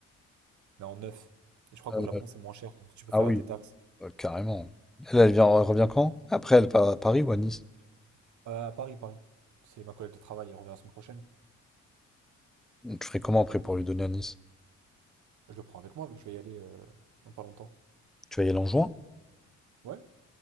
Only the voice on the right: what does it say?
Mais en neuf. Et je crois
qu'au Japon, c'est moins cher. Donc tu peux
faire
la détaxe.
Euh, à Paris, Paris. C'est ma collègue de travail, elle revient la semaine prochaine.
Je le prends avec moi, vu que je vais y aller euh, dans pas longtemps.
Ouais,